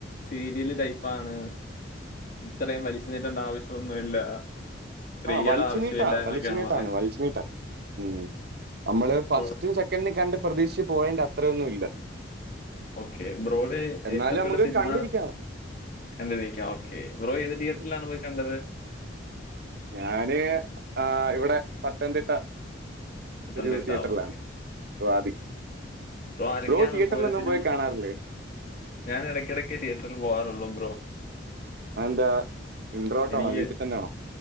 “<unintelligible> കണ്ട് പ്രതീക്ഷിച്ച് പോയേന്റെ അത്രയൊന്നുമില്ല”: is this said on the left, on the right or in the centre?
Right